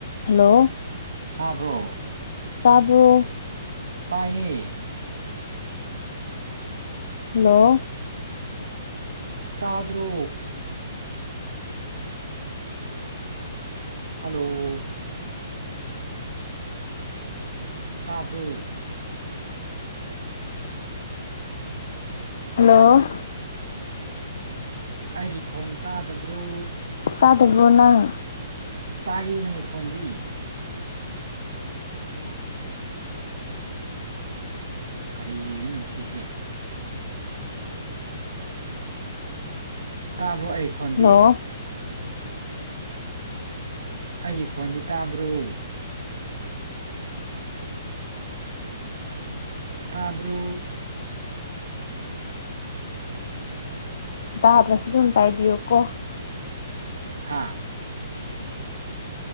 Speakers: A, on the left; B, on the right.
A: hello
B: ꯇꯥꯕ꯭ꯔꯣ
A: ꯇꯥꯕ꯭ꯔꯣ
B: ꯇꯥꯏ
A: ꯍꯜꯂꯣ
B: ꯇꯥꯗ꯭ꯔꯣ ꯍꯜꯂꯣ ꯇꯥꯕ꯭ꯔꯣ
A: ꯍꯜꯂꯣ
B: ꯑꯩꯒꯤ ꯈꯣꯟ ꯇꯥꯗꯕ꯭ꯔꯣ
A: ꯇꯗꯕꯨꯣ ꯅꯪ
B: ꯇꯥꯏꯌꯦ ꯅꯪꯈꯣꯟꯗꯤ ꯑꯁ ꯀꯔꯤꯅꯣ ꯁꯤꯁꯦ ꯇꯥꯕ꯭ꯔꯣ ꯑꯩꯈꯣꯟꯗꯤ
A: ꯍꯜꯂꯣ
B: ꯑꯩꯒꯤ ꯈꯣꯟꯗꯤ ꯇꯥꯕ꯭ꯔꯣ ꯇꯥꯕ꯭ꯔꯣ
A: ꯇꯥꯗ꯭ꯔꯁꯨ ꯑꯗꯨꯝ ꯇꯥꯏꯕꯤꯌꯨ ꯀꯣ
B: ꯍꯥꯥ